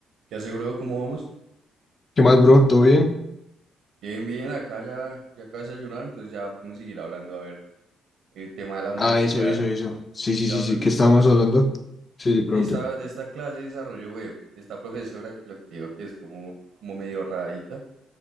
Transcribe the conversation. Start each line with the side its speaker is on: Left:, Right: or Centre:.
Right: ¿Qué hace, bro? ¿Cómo vamos?
Left: ¿Qué más, bro? ¿Todo bien?
Right: Bien, bien, acá ya, ya acabo de desayunar, entonces ya podemos seguir hablando. A ver, el tema de la universidad.
Left: Ah, eso, eso, eso. Sí, sí,
Right: Te iba
Left: sí,
Right: a
Left: sí.
Right: preguntar
Left: ¿Qué estábamos hablando? Sí, le pregunté.
Right: de esta, de esta clase de desarrollo web, de esta profesora que lo que te digo que es como, como medio rarita.